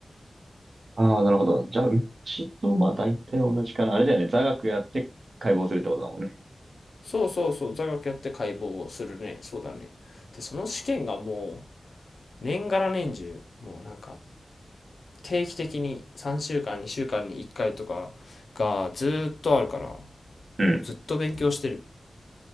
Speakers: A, on the right; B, on the left.
A: ああ、なるほど。じゃあ、うちと、まあ、大体同じかな。あれだよね。座学やって解剖するってことだもんね。
B: そうそうそう。座学やって解剖をするね。そうだね。で、その試験がもう、年がら年中、もうなんか、定期的に3週間、2週間に1回とかがずっとあるから、
A: うん
B: もうずっと勉強してる。